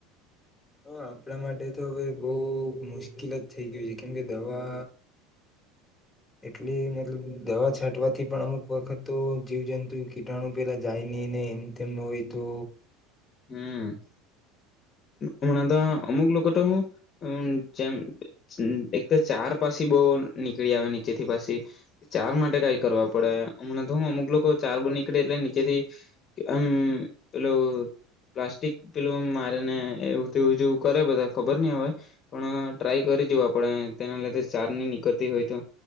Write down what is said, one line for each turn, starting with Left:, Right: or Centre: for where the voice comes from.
Centre: હા આપણા માટે તો હવે બહુ મુશ્કેલ જ થઈ ગયું છે કેમ કે દવા એટલી મતલબ દવા છાંટવાથી પણ અમુક વખત તો જીવજંતુ કીટાણુ પેલા જાય નહી ને એમ તેમ હોય તો
Left: હમ્મ હમણાં તો અમુક લોકો તો હું અમ જેમ એક તો ચાર પાછી બો નીકળી આવે નીચેથી પાછી ચાર માટે કઈ કરવા પડે હમણાં તો હ અમુક લોકો ચાર બહ નીકળે એટલે નીચેથી આમ પેલું પ્લાસ્ટિક પેલું કરીને જેવું તેવું જેવું કરે બધા ખબર નહી હવે પણ ટ્રાય કરી જોું આપણે તેના લીધે ચાર ની નીકળતી હોય તો